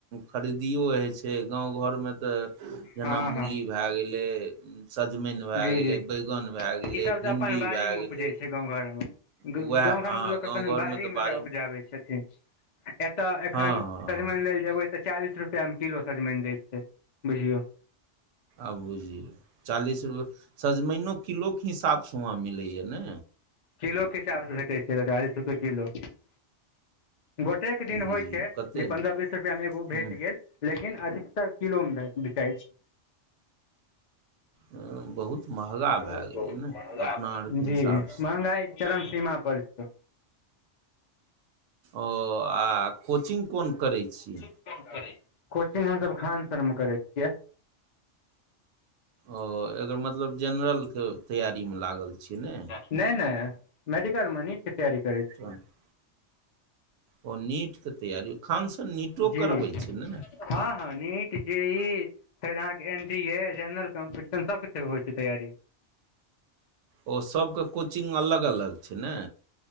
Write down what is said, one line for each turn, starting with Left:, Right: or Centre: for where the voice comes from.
Right: खरिदियो होइ छै, गाँव घरमे तऽ जेना
Left: हँ
Right: मूली
Left: हँ
Right: भे गेल। गेलै सजमनि भे
Left: जी
Right: गेलै,
Left: जी
Right: बैंगन भे गेलै
Left: ईसभ तऽ
Right: भिण्डी
Left: अपन बाड़ीमे
Right: भे
Left: उपजै
Right: गेलै।
Left: छै गाँव घर में,
Right: उएह
Left: गाँव घरमे
Right: हँ
Left: तऽ लोक अपन
Right: गाँव
Left: बाड़ी
Right: घरमे तऽ
Left: मे एकरा
Right: बाड़ीमे
Left: उपजाबै छथिन। एतय एखन
Right: हँ हँ
Left: सजमनि लै ल जेबै, तऽ चालीस रुपैया मे किलो सजमनि दै छै बुझयौ।
Right: आब बुझियौ चालीस रुपए, सजमैनो किलोके हिसाब सँ वहाँ मिलैए नै।
Left: किलो के हिसाब सँ भेटै छै त चालीस रुपए किलो। गोटेके दिन
Right: बुझियौ
Left: होइ छै,
Right: कते
Left: जे पन्द्रह बीस रुपया मे एगो भेट
Right: हूँ
Left: गेल। लेकिन अधिकतर किलो मे बिकाइ छै।
Right: अ बहुत महगा
Left: बहुत
Right: भए गेलै ने
Left: महंगा
Right: अपना
Left: भ
Right: आरके हिसाबसँ
Left: गेल, जी मंहगाई चरम सीमा पर छै।
Right: ओ आ कोचिंग कोन करै छी?
Left: कोचिंग हमसभ खान सर मे करै छिय।
Right: ओ एकर मतलब जेनरल के तैयारी मे लागल छिय नै।
Left: नहि -नहि, मेडिकल में नीट के तैयारी करै छी।
Right: <inaudible> ओ नीट के तैयारी, खान सर नीटो
Left: जी
Right: करबै छै नै न।
Left: हँ- हँ, नीट जेई फेर अहाँके, N D A general competition सब किछ होइ छै तैयारी।
Right: ओ सबके कोचिंग अलग- अलग छै नै।